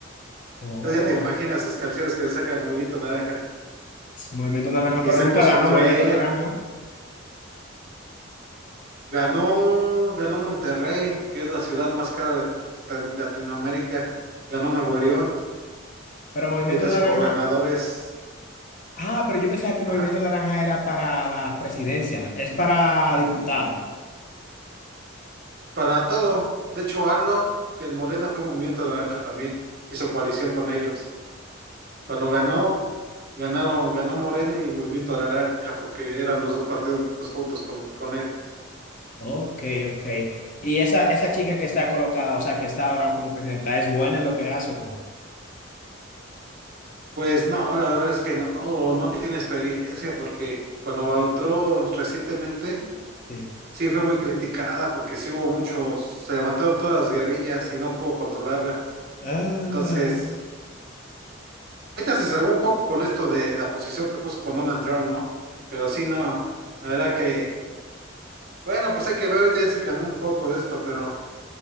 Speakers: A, on the left; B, on the right.
A: Oh,
B: Entonces ya te imaginas sus canciones que le saca el Movimiento Naranja.
A: sí, Movimiento Naranja,
B: Y
A: pero
B: sacó
A: nunca
B: su
A: ganó
B: tren.
A: Movimiento Naranja.
B: Ganó, ganó Monterrey, que es la ciudad más cara de de Latinoamérica. Ganó Nuevo León.
A: Pero Movimiento
B: Ahorita
A: Naranja.
B: su gobernador es.
A: Ah, pero yo pensaba que Movimiento
B: Ajá.
A: Naranja era para la presidencia, es para diputado.
B: Para todo. De hecho, AMLO, que el Morena fue Movimiento Naranja también, hizo coalición con ellos. Cuando ganó, ganaron, ganó Morena y Movimiento Naranja, porque eran los dos partidos juntos con, con él.
A: Ok, ok. Y esa, esa chica que está colocada, o sea, que está ahora como presidenta, ¿es buena en lo que hace o cómo?
B: Pues no, la verdad es que no, oh, no tiene experiencia, porque cuando entró recientemente,
A: Sí.
B: sí fue muy criticada, porque sí hubo muchos, se levantaron todas las guerrillas y no pudo controlarla.
A: Ah,
B: Entonces, Ahorita se salvó un poco con esto de la posición que puso con Donald Trump, ¿no? Pero sí, no, la verdad que, bueno, pues hay que ver, ahorita ya se calmó un poco esto, pero